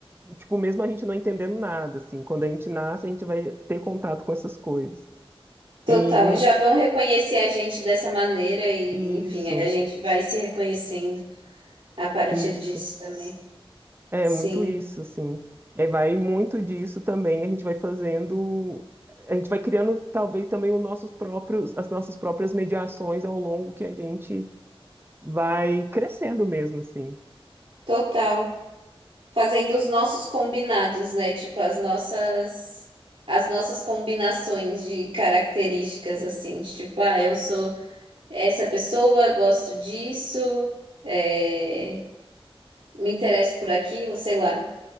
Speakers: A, on the right; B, on the right.
A: tipo, mesmo a gente não entendendo nada, assim, quando a gente nasce, a gente vai ter contato com essas coisas.
B: Total.
A: E mu-
B: Já vão reconhecer a gente dessa maneira e,
A: isso,
B: enfim, a gente vai se reconhecendo a partir
A: isso,
B: disso também.
A: é
B: Sim,
A: muito isso, assim. É, vai muito disso também, a gente vai fazendo, a gente vai criando talvez também os nossos próprios, as nossas próprias mediações ao longo que a gente vai crescendo mesmo, assim.
B: total. fazendo os nossos combinados, né? Tipo, as nossas as nossas combinações de características, assim, tipo, ah, eu sou essa pessoa, gosto disso, é, me interesso por aquilo, sei lá.